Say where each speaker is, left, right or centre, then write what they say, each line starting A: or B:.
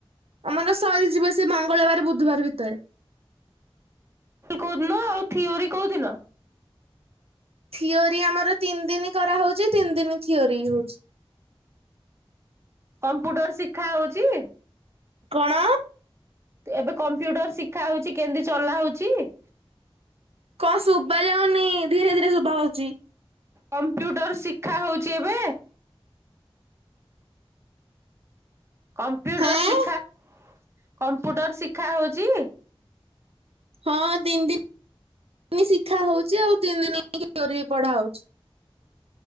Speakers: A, on the right (about 80°); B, on the right (about 25°).
A: ଆମର ସରିଯିବ ସେ ମଙ୍ଗଳବାର ବୁଧବାର ଭିତରେ।
B: କୋଉଦିନ ଆଉ ଥିଓରି କୋଉଦିନ?
A: ଥିଓରି ଆମର ତିନି ଦିନ କରାହଉଛି ତିନି ଦିନ ଥିଓରି ହଉଛି।
B: କମ୍ପ୍ୟୁଟର ଶିଖା ହଉଛି?
A: କଣ?
B: ଏବେ କମ୍ପ୍ୟୁଟର ଶିଖା ହଉଚି କେମିତି ଚଲା ହଉଛି?
A: କଣଶୁଭା ଯାଉନି ଧୀରେ ଧୀରେ ଶୁଭ ହଉଛି।
B: କମ୍ପ୍ୟୁଟର ଶିକ୍ଷା ହଉଛି ଏବେ? କମ୍ପୁଟର
A: ହେଁ
B: ଶିଖା କମ୍ପ୍ୟୁଟର ଶିଖା ହଉଛି?
A: ହଁ ତିନି ଦିନ ଶିଖା ହଉଛି ଆଉ ତିନି ଦିନ <unintelligible> ଚୋରି ପଢ଼ାଉଛ।